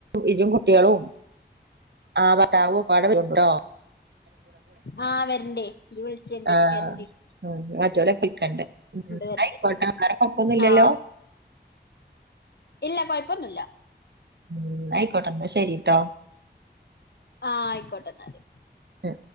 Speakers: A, on the right (about 70°); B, on the left (about 65°).
A: ഇജും കുട്ടികളും ആ ഭത്താവും ഒക്കപാടെ വരുണ്ട് ട്ടൊ
B: ആഹ് വരണ്ടേ ഇയ്യ് വിളിച്ചണ്ടി
A: ആഹ്
B: വരണ്ടി
A: ഉം മറ്റോലെക്കെ വിളിക്കട്ടെ ന്നാ
B: വരണ്ട്
A: അയ്ക്കോട്ടേ വേറെ കൊയപ്പൊന്നുല്ലല്ലോ
B: ആഹ് ഇല്ല കൊയപ്പൊന്നുല്ല
A: ന്നാ ആയിക്കോട്ടെ ന്നാ ശെരിട്ടോ
B: ആഹ് ആയിക്കോട്ടെ എന്നാല്
A: ഉം